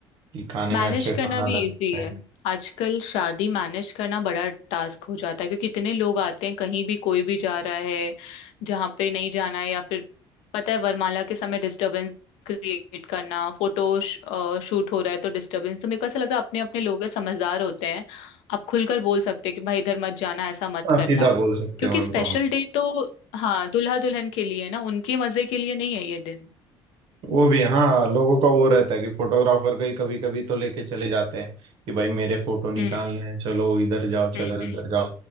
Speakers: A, on the right (about 55°); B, on the left (about 85°).
A: कि खाने
B: मैनेज
A: में अच्छे खाना
B: करना भी
A: लग सकते
B: इजी
A: हैं
B: है आजकल शादी मैनेज करना बड़ा टास्क हो जाता है क्योंकि इतने लोग आते हैं कहीं भी कोई भी जा रहा है जहाँ पे नहीं जाना है या फिर पता है वरमाला के समय डिस्टरबेंस क्रिएट करना फोटो शूट हो रहा है तो डिस्टरबेंस तो मेरे को ऐसा लग रहा है अपने अपने लोग हैं, समझदार होते हैं आप खुलकर बोल सकते हैं कि भाई इधर मत जाना ऐसा मत
A: हाँ
B: करना
A: सीधा बोल सकते
B: क्योंकि
A: हैं उनको
B: स्पेशल
A: हम
B: डे तो हाँ दुल्हा दुल्हन के लिए है ना उनके मजे के लिए नहीं है ये दिन
A: वो भी हाँ लोगों का वो रहता है कि फोटोग्राफर का ही कभी कभी तो लेके चले जाते हैं कि भाई मेरे फोटो निकालने
B: हम्म
A: हैं चलो इधर जाओ चलो
B: हम्म
A: इधर जाओ